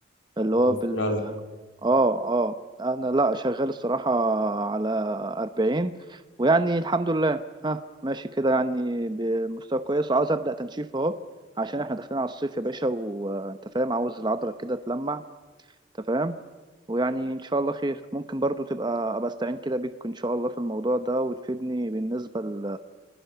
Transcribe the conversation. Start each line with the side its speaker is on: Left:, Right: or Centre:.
Right: اللي
Left: اه
Right: هو
Left: كتير على الوقت.
Right: اه اه انا لا شغال الصراحة على أربعين ويعني الحمد لله ها ماشي كده يعني بمستوى كويس وعاوز أبدأ تنشيف اهو عشان احنا داخلين على الصيف يا باشا وانت فاهم عاوز العضلة كده تلمع انت فاهم ويعني ان شاء الله خير ممكن برضو تبقى ابقى استعين كده بيك ان شاء الله في الموضوع ده وتفيدني بالنسبة ل-